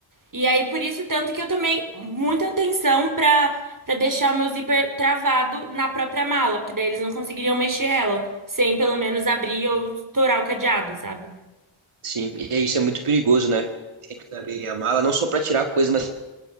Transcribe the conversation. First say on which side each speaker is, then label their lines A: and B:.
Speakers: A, on the right; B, on the right.
A: E aí por isso tanto que eu tomei muita atenção pra para deixar o meu zíper travado na própria mala, porque daí eles não conseguiriam mexer ela sem pelo menos abrir ou estourar o cadeado, sabe?
B: Sim, e é isso é muito perigoso, né? Tem que saber a mala, não só para tirar coisa, mas